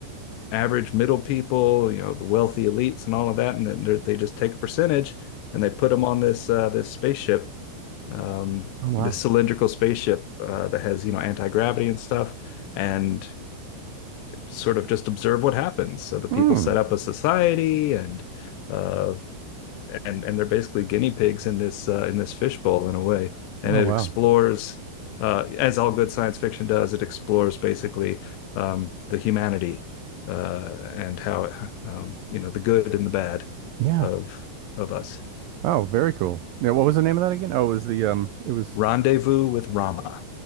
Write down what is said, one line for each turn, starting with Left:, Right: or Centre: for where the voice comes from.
Left: average middle people. You know, the wealthy elites and all of that. And then they just take a percentage and they put them on this uh, this spaceship, um,
Right: Oh wow.
Left: this cylindrical spaceship uh, that has you know anti-gravity and stuff. And sort of just observe what happens. So the people
Right: Hmm.
Left: set up a society and uh, and and they're basically guinea pigs in this uh, in this fishbowl in a way. And
Right: Oh
Left: it
Right: wow.
Left: explores, uh, as all good science fiction does, it explores basically um, the humanity uh, and how um, you know the good and the bad
Right: Yeah.
Left: of of us.
Right: Oh, very cool. Yeah, what was the name of that again? Oh, it was the um, it was
Left: Rendezvous with Rama.